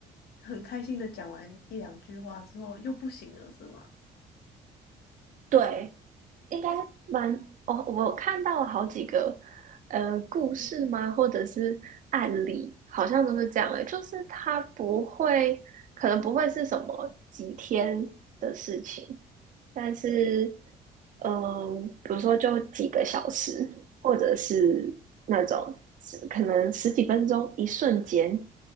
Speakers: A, on the left; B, on the right.
A: 很开心的讲完一两句话之后又不行了，是吗？
B: 对，应该蛮哦，我看到了好几个呃故事吗，或者是案例，好像都是这样的，就是它不会，可能不会是什么几天的事情，但是嗯、呃比如说就几个小时，或者是那种可能十几分钟，一瞬间，